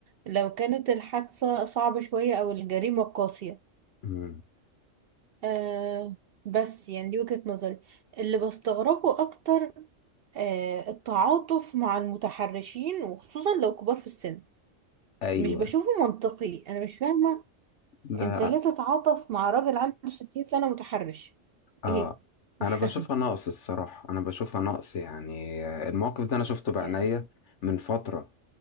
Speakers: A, on the right; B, on the left.
A: لو كانت الحادثة صعبة شوية او الجريمة قاسية
B: مم.
A: آه بس يعني دي وجهة نظري اللي بستغربه اكتر آه التعاطف مع المتحرشين وخصوصا لو كبار في السن
B: ايوه
A: مش بشوفه منطقي انا مش فاهمة
B: لا
A: انت ليه تتعاطف مع راجل عنده 60 سنة متحرش
B: اه
A: ايه مش
B: انا بشوفها
A: فاهمة
B: نقص الصراحه انا بشوفها نقص يعني آه، الموقف ده انا شفته بعينيا
A: يعني
B: من فتره